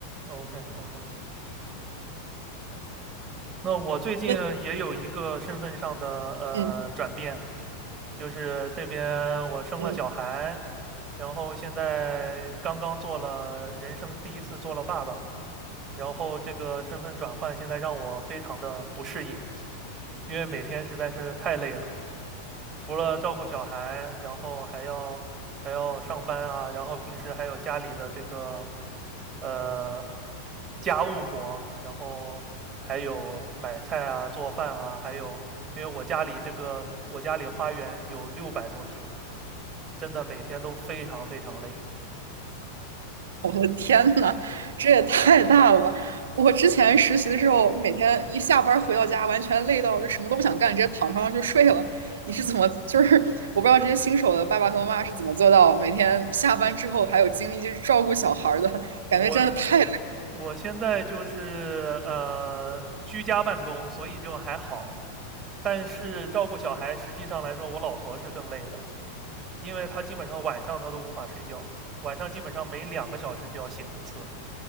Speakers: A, on the right (about 20°); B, on the right (about 65°).
A: ？OK OK，那我最近也有一个身份上的呃转变，
B: 那嗯
A: 就是这边我生了小孩，
B: 嗯，
A: 然后现在刚刚做了人生第一次做了爸爸，然后这个身份转换现在让我非常的不适应，因为每天实在是太累了，除了照顾小孩，然后还要还要上班啊，然后平时还有家里的这个。呃，家务活，然后还有买菜啊、做饭啊，还有因为我家里这个我家里花园有六百多平，真的每天都非常非常累。
B: 我的 <laughs> 天呐，这也太大了吧！我之前实习的时候，每天一下班儿回到家，完全累到就什么都不想干，直接躺床上就睡了。你是怎么，就是我不知道这些新手的爸爸和妈妈是怎么做到每天下班之后还有精力去照顾小孩儿的，感觉真的太累
A: 我我现在就是呃居家办公，所以就还好，但是照顾小孩实际上来说，我老婆是更累的，因为她基本上晚上她都无法睡觉，晚上基本上每两个小时就要醒一次。